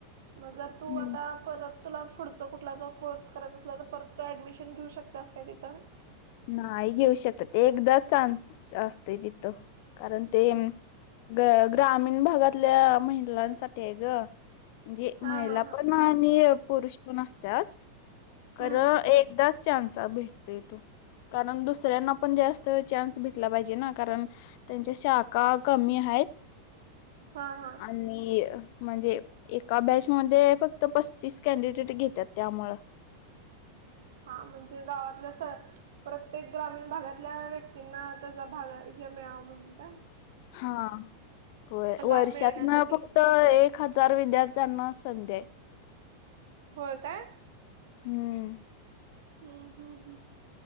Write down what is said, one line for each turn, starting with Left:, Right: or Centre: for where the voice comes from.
Right: मग जर
Left: हम्म
Right: तू आता परत तुला पुढचा कुठला जर कोर्स करायचा असला, तर परत तू ऍडमिशन घेऊ शकतास काय तिथं?
Left: नाही घेऊ शकत, ते, एकदा चान्स असतय तिथं, कारण ते ग ग्रामीण भागातल्या महिलांसाठी आहे गं. म्हणजे, महिला
Right: हा हा हा
Left: पण आणि पुरुष पण असत्यात, खर
Right: हम्म
Left: एकदाच चान्स भेटतोत तो. कारण दुसऱ्यांना पण जास्त चान्स भेटला पाहिजे ना, कारण त्यांच्या शाखा कमी आहेत.
Right: हा हा
Left: आणि म्हणजे, एका बॅचमध्ये फक्त पस्तीस कॅनडिडेट घेत्यात त्यामुळं <inaudible>
Right: हां, म्हणजे गावातलं सर प्रत्येक ग्रामीण भागातल्या, व्यक्तींना त्याचा भाग हे मिळावा म्हणून काय?
Left: हां, होय
Right: लाभ
Left: वर्षातन
Right: मिळण्यासाठी
Left: फक्त एक हजार विद्यार्थ्यांना संधी आय.
Right: होय काय?
Left: हम्म.
Right: हम्म, हम्म, हम्!